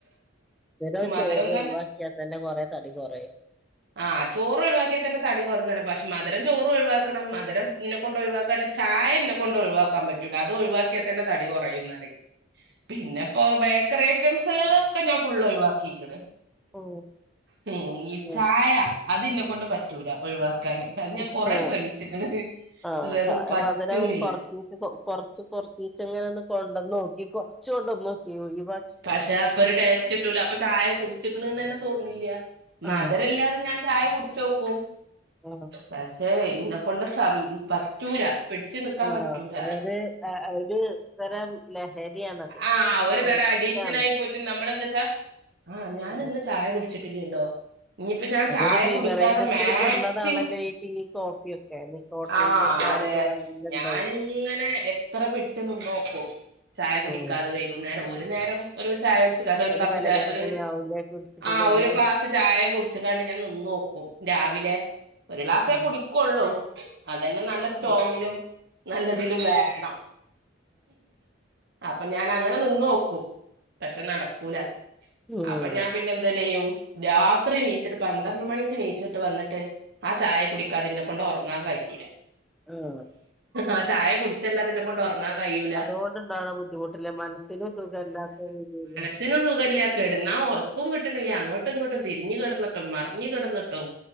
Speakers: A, in the centre; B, on the right (about 60°).
A: ധുരോം ചോറും
B: മധുരം തന്നെ
A: ഒഴിവാക്ക്യാ തെന്നെ കൊറേ തടി കൊറയും
B: ആഹ് ചോറ് ഒഴിവാക്കി തെന്നെ തടി കൊറയുന്ന് പറയും. പക്ഷെ മധരം ചോറ് ഒഴിവാക്കണം മധരം ഇന്നെ കൊണ്ട് ഒഴികാന് ച്ചായ ഇന്നെ കൊണ്ട് ഒഴിവാക്കാ പ ല അത് ഒഴിവാക്യ തെന്നെ തടി കെറയുന്നറിം പിന്നെപ്പോ ബേക്കറി ഐറ്റംസ്ള് ഒക്കെ ഞാൻ ഫുള്ള് ഒഴിവാക്കിക്ണ്.
A: ഉം
B: ഹും ഈ
A: ഉം
B: ചായ അതിന്നെ കൊണ്ട് പറ്റൂല ഒഴിവാക്കാന്. അത് ഞാൻ
A: ഉം
B: കൊറെ
A: ഹാ
B: ശ്രമിച്ചിക്ക്ണ്
A: ആഹ്
B: പക്ഷെ അത്
A: ചായ
B: പറ്റുന്നില്ല
A: മധുരം കൊർച്ചീച്ചെ കൊ കൊർ ച്ച് കൊർച്ചീച്ചെങ്ങനെന്ന് കൊണ്ടന്നോക്കി കൊർച്ചൊണ്ടനോക്കി <unintelligible>
B: പക്ഷേ അപ്പൊ ഒരു ടേസ്റ്റ്ട്ടൂല അപ്പൊ ചായ കുടിച്ക്ക്ണ്നെന്നെ തോൺണില്ലാ മദരല്ലാതെ
A: ആഹ്
B: ഞാൻ ചായ കുടിച്ചോക്കും
A: <unintelligible>
B: പശേ ഇന്നെ കൊണ്ട് സം പറ്റൂല പിടിച് നിക്കാ
A: ആഹ്
B: പറ്റൂല
A: അതൊരു ഒരു തരം ലഹരിയാണത്
B: ആഹ് ഒരു
A: അഡിക്റ്റാണ്
B: തര അടി അഡിക്ഷനായിട്ട് പോയിട്ട് നമ്മളെന്താച്ചാ ആഹ് ഞാനിന്ന്
A: ഉം
B: ചായ കുടിച്ചിട്ടില്ലല്ലോ ഇഞ്ഞിപ്പോ ഞാൻ
A: അതൊരു
B: ചായ
A: ബിവറേജസിൽ
B: കുടിക്കാതെ മാക്സിമം
A: പെടുന്നതാണല്ലോ ഈ ടീ കോഫിയൊക്കെ നിക്കോട്ടിന്റെ
B: ആഹ്
A: ഒക്കെ ആ
B: അതേ
A: ഒരു കണ്ടന്റ്
B: ഞാനിങ്ങനേ
A: ഉണ്ടായിട്ട്
B: എത്ര പിടിച്ച് നിന്നോക്കും ചായ കുടിക്കാതെ
A: ഉം
B: വൈകുന്നേരം ഒരു നേരം ഒരു ചായൊടിച്ച്ങ്ങാണ്ട് ഒര്
A: ഒരു
B: കപ്പ്
A: തലവേദനയാവൂലേ
B: ചാ ഒര്
A: കുടിച്ചിട്ടില്ലെങ്കില്
B: ആഹ്‌ ഒര് ഗ്ലാസ് ചായ കുടിച്ച്ങ്ങാണ്ട് ഞാൻ നിന്നോക്കും രാവിലെ ഒരു ക്ലാസേ
A: ആഹ്
B: കുടിക്കൊള്ളൂ അതന്നെ നല്ല സ്ട്രോങ്ങിലും
A: ആഹ്
B: നല്ലതിലും വേണം അപ്പ ഞാനങ്ങനെ നിന്നോക്കും പക്ഷേ നടക്കൂല
A: ഉം
B: അപ്പൊ ഞാൻ പിന്നെ എന്തണിയും രാത്രി നീച്ചിട്ട് പന്ത്രണ്ട് മണിക്ക് നീച്ചിട്ട് വന്നിട്ട് ആഹ് ചായ കുടിക്കാതെന്നെക്കൊണ്ട് ഒറങ്ങാൻ കയ്യൂല
A: ആഹ്
B: ആഹ് ചായ കുടിച്ചല്ലാതെന്നെക്കൊണ്ട് ഒറങ്ങാൻ കയ്യൂലാ
A: അതോണ്ട്ണ്ടാവ്ണ ബുദ്ധിമുട്ടില് മനസ്സിനും സുഖല്ലാത്ത രീതിയില്
B: സ്സിനും സുഖല്ല്യ കെട്ന്നാ ഒറക്കും കിട്ട്ണില്ല അങ്ങട്ടും ഇങ്ങട്ടും തിരിഞ്ഞ് കെട്ന്ന്ട്ടും മറിഞ്ഞ് കെട്ന്ന്ട്ടും